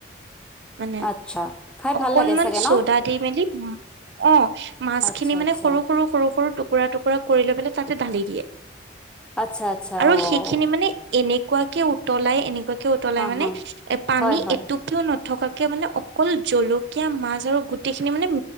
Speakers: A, on the right; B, in the centre.
A: মানে
B: আচ্ছা খাই
A: অকনমান
B: ভাল লাগে চাগে ন
A: চ'দা দি মেলি। অ, মাছখিনি
B: আচ্ছা
A: মানে
B: আচ্ছা
A: সৰু, সৰু, সৰু, সৰু টোক টুকুৰা, টুকুৰা কৰি লৈ পেলাই তাতে ঢালি দিয়ে।
B: আচ্ছা আচ্ছা
A: আৰু
B: অ'
A: সেইখিনি মানে এনে। একুৱাকে উতলাই এনেকুৱাকে উতলাই
B: হা
A: মানে
B: হা
A: এ, পানী
B: হয় হয়
A: এটু কিয় থকাকে মানে অকল জলকীয়া মাছ আৰু গোটেই খিনি মানে